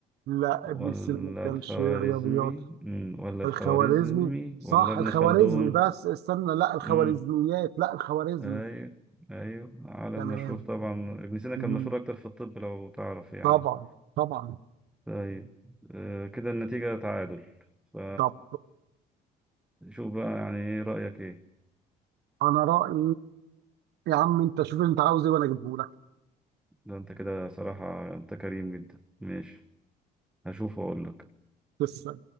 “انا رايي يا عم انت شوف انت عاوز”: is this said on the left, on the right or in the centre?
Right